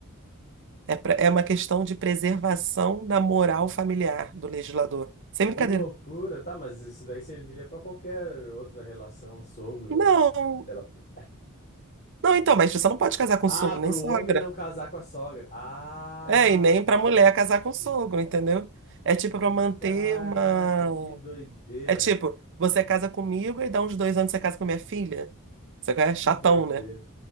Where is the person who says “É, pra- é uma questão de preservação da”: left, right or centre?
Right